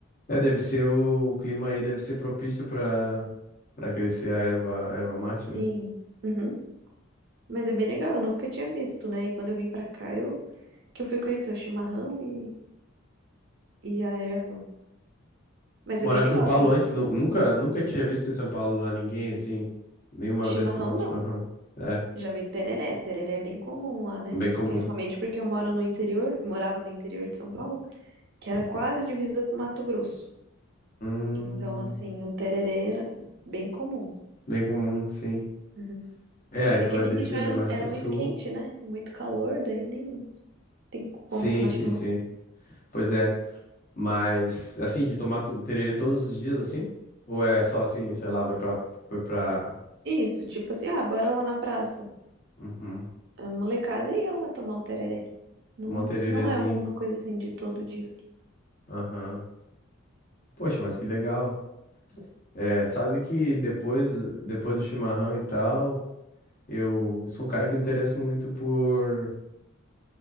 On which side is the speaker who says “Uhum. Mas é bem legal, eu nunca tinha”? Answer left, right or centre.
Right